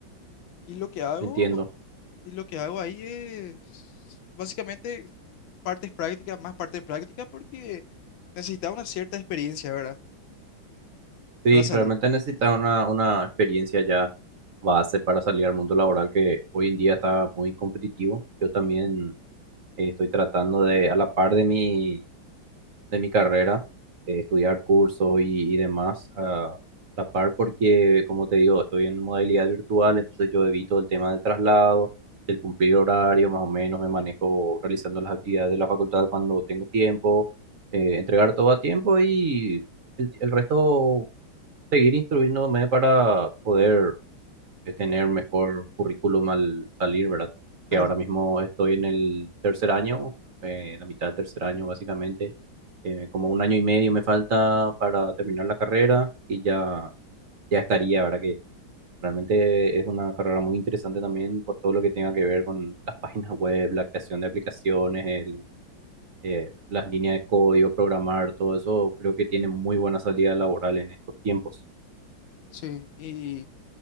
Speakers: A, on the left; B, on the right.
A: Y lo que hago,
B: Entiendo.
A: y lo que hago ahí es básicamente partes prácticas, más partes prácticas, porque necesitaba una cierta experiencia, ¿verdad?
B: Sí,
A: Para salir.
B: realmente necesitas una, una experiencia ya base para salir al mundo laboral que hoy en día está muy competitivo. Yo también eh, estoy tratando de, a la par de mi, de mi carrera, eh, estudiar cursos y, y demás, a la par porque, como te digo, estoy en modalidad virtual, entonces yo evito el tema del traslado, del cumplir horario, más o menos me manejo realizando las actividades de la facultad cuando tengo tiempo, eh, entregar todo a tiempo y el el resto seguir instruyéndome para poder eh, tener mejor currículum al salir, ¿verdad? Que
A: Claro,
B: ahora mismo estoy en el tercer año, eh, la mitad del tercer año básicamente, eh, como un año y medio me falta para terminar la carrera y ya, ya estaría, ¿verdad? Que realmente es una carrera muy interesante también por todo lo que tenga que ver con las páginas web, la creación de aplicaciones, el... eh, las líneas de código, programar, todo eso creo que tiene muy buena salida laboral en estos tiempos.
A: sí. Y